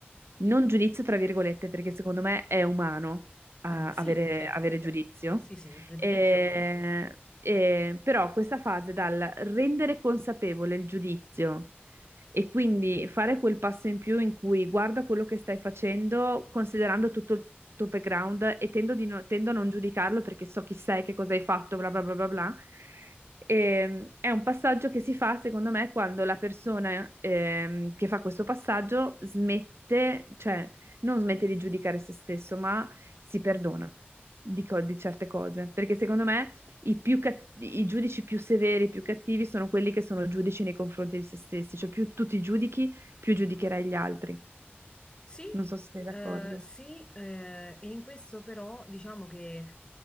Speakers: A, on the right; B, on the left.
A: non giudizio, tra virgolette, perché secondo me è umano ah,
B: Mm, sì,
A: avere,
B: certo.
A: avere giudizio.
B: Sì, sì, il pregiudizio
A: E-
B: è umano.
A: e- però questa fase dal rendere consapevole il giudizio e quindi fare quel passo in più in cui guarda quello che stai facendo, considerando tutto il tuo background e tendo, di no- tendo a non giudicarlo perché so chi sei, che cosa hai fatto, bla bla bla bla bla. E, è un passaggio che si fa, secondo me, quando la persona ehm, che fa questo passaggio smette, cioè non smette di giudicare se stesso, ma si perdona di, co- di certe cose. Perché secondo me i, più cat- i giudici più severi, i più cattivi sono quelli che sono giudici nei confronti di se stessi. Cioè più tu ti giudichi, più giudicherai gli altri.
B: Sì,
A: Non so se sei d'accordo.
B: eh, sì, eh, e in questo però diciamo che